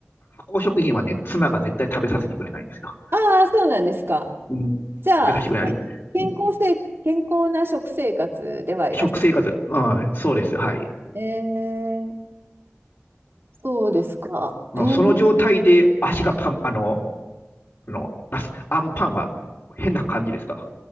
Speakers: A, on the left; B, on the right.
A: 加工食品はね、妻が絶対食べさせてくれないんですよ。
B: ああ、そうなんですか。
A: うん、
B: じゃあ、
A: 食べさせてくれない。
B: 健健康せい、
A: うん
B: 健康な食生活ではいらっしゃる。
A: 食生活、うん、そうです。はい。
B: えーそうですか。
A: うんその状態で足がパン、
B: えー、
A: あの、あの、<laughs> アンパンは変な感じですか